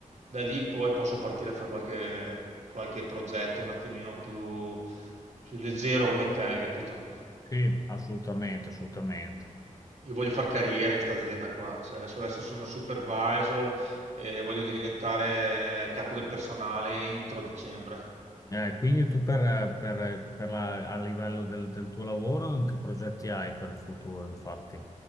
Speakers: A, on the right (about 55°); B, on the left (about 25°).
A: Da lì poi posso partire a fare qualche, qualche progetto un attimino più, più leggero come te, hai capito?
B: sì, assolutamente, assolutamente.
A: Io voglio fare carriera in questa azienda qua, cioè, adesso adesso sono supervisor e voglio diventare capo del personale entro dicembre.
B: Eh, quindi tu per, per- per la- a livello del, del tuo lavoro, che progetti hai per il futuro, infatti?